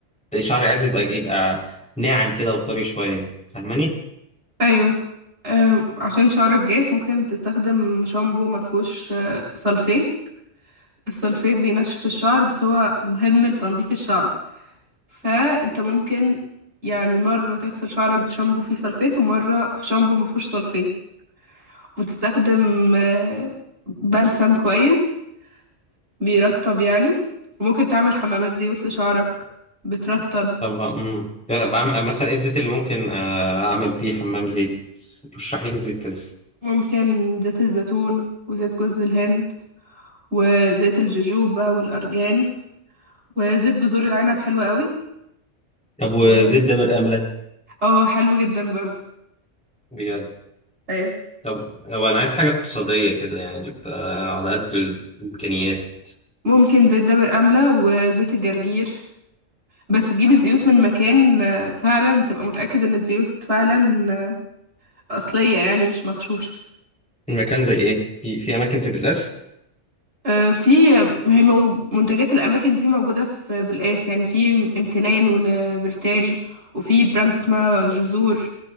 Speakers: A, in the centre; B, on the right.
A: شعري عايز يبقى يبقى ناعم كده وطري شوية فاهماني؟
B: ايوه أم، عشان شعرك جاف ممكن تستخدم شامبو مفهوش أه، سلفيت السلفيت بينشف الشعر بس هو مهم لتنظيف الشعر فانت ممكن يعني مرة تغسل شعرك بشامبو فيه سلفيت ومرة في شامبو مفهوش سلفيت وتستخدم أه، بلسم كويس بيرطب يعني وممكن تعمل حمامات زيوت لشعرك بترطب
A: طب أمم بعمل مثلا إيه الزيت اللي ممكن آه، أعمل بيه حمام زيت؟ رشحي لي زيت كده
B: ممكن زيت الزيتون وزيت جوز الهند وزيت الجوجوبا والأرجان وزيت بذور العنب حلو قوي
A: طب وزيت
B: و
A: ده برقم لا
B: اه حلو جدا برضه
A: بجد
B: ايوه
A: طب هو انا عايز حاجه اقتصاديه كده يعني تبقى على قد الامكانيات
B: ممكن زيت دابر أملة وزيت الجرجير بس تجيب الزيوت من مكان آه، فعلا تبقى متأكد ان الزيوت فعلا آه، أصلية يعني مش مغشوشة
A: المكان زي ايه في في اماكن في بتلاس
B: آه، في هي مو- منتجات الأماكن دي موجودة في بالقاس يعني في ام- امتنان ونفرتاري وفي براند اسمها جذور